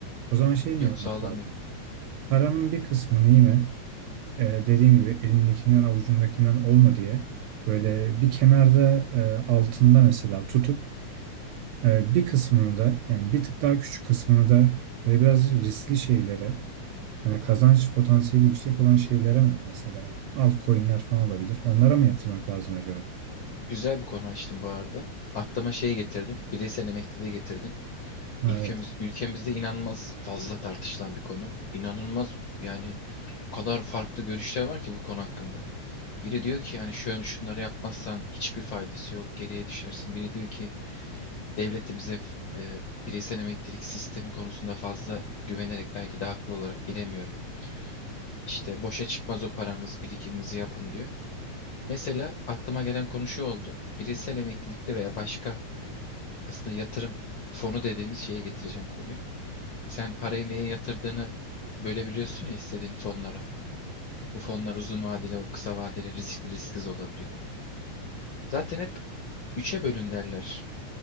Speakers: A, on the right (about 80°); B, on the left (about 70°).
A: O zaman şey
B: Yok
A: mi yapmak
B: sağlamıyor.
A: lazım? Paranın bir kısmını yine e, dediğim gibi elindekinden avucundakinden olma diye böyle bir kenarda e, altında mesela tutup ee, bir kısmını da yani bir tık daha küçük kısmını da böyle biraz riskli şeylere hani kazanç potansiyeli yüksek olan şeylere mi mesela altcoin'ler falan olabilir. Onlara mı yatırmak lazım acaba?
B: Güzel bir konu açtın bu arada. Aklıma şey getirdin. Bireysel emekliliği getirdin.
A: Ha,
B: Ülkemiz,
A: Evet.
B: ülkemizde inanılmaz fazla tartışılan bir konu. İnanılmaz yani o kadar farklı görüşler var ki bu konu hakkında. Biri diyor ki yani şöyle şunları yapmazsan hiçbir faydası yok, geriye düşersin. Biri diyor ki devletimize e, bireysel emeklilik sistemi konusunda fazla güvenerek belki de haklı olarak bilemiyorum. İşte boşa çıkmaz o paranız, birikiminizi yapın diyor. Mesela aklıma gelen konu şu oldu. Bireysel emeklilikte veya başka aslında yatırım fonu dediğimiz şeye getireceğim konuyu. Sen parayı neye yatırdığını bölebiliyorsun ya istediğin fonlara.
A: Hı
B: Bu
A: hı.
B: fonlar uzun vadeli, o kısa vadeli, riskli, risksiz olabiliyor.
A: Evet.
B: Zaten hep üçe bölün derler.